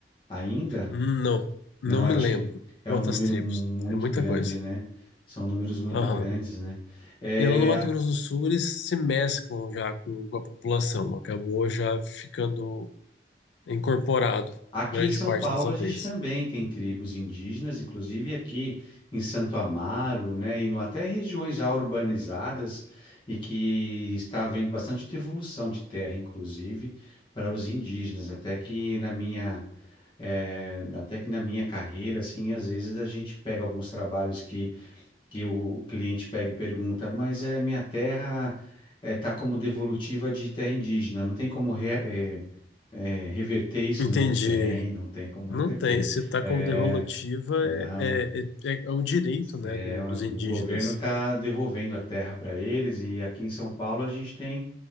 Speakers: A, on the left; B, on the left.
A: ainda?
B: Não,
A: Não,
B: não
A: eu
B: me
A: acho
B: lembro
A: que é
B: quantas
A: um número
B: tribos.
A: muito
B: É muita
A: grande,
B: coisa.
A: né? São números muito
B: Aham.
A: grandes, né? É,
B: E lá no Mato
A: a-
B: Grosso do Sul, eles se mesclam já com, com a população. Acabou já ficando incorporado
A: aqui
B: grande
A: em São
B: parte
A: Paulo
B: das aldeias.
A: a gente também tem tribos indígenas, inclusive aqui em Santo Amaro, né? E no- até regiões já urbanizadas e que está havendo bastante devolução de terra, inclusive, para os indígenas. Até que na minha, é, até que na minha carreira, assim, às vezes a gente pega alguns trabalhos que que o cliente pega e pergunta, mas é minha terra está como devolutiva de terra indígena, não tem como re- eh, eh, reverter isso?
B: Entendi.
A: Não tem, não tem como
B: Não
A: reverter.
B: tem. Se está
A: É,
B: como devolutiva,
A: não,
B: é, é, é, é o direito, né,
A: é,
B: do-
A: o
B: dos indígenas.
A: governo está devolvendo a terra para eles e aqui em São Paulo a gente tem